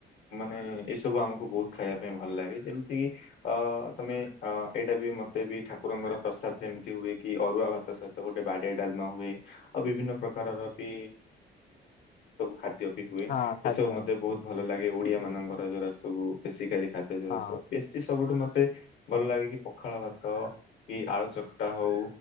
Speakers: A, on the left; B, on the left.
A: ମାନେ ଏସବୁ ଆମକୁ ବୋହୁତ ଖାଇବା ପାଇଁ ଭଲ ଲାଗେ ଯେମିତିକି ଅ ତମେ ଅ ଏଇଟା ବି ମତେ ବି ଠାକୁରଙ୍କର ପ୍ରସାଦ ଯେମତି ହୁଏ କି ଅରୁଆ ଭା ତା ସହିତ ଗୋଟେ ବାଡିଆ ଡାଲମା ହୁଏ। ଆଉ ବିଭିନ୍ନ ପ୍ରକାରର ବି ସବୁ ଖାଦ୍ୟ ବି ହୁଏ
B: ହଁ ଖାଦ୍ୟ
A: ଏସବୁ ମଧ୍ୟ। ବହୁତ ଭଲ ଲାଗେ ଓଡିଆ ମାନଙ୍କର ଜୋରା ସବୁ ବେଶିକାଲି ଖାଦ୍ୟ ଜୋରା
B: ହଁ
A: ସବୁ ବେଶୀ ସବୁଠୁ ମତେ ଭଲ ଲାଗେ କି ପଖାଳ ଭାତ କି ଆଳୁ ଚକଟା ହଉ।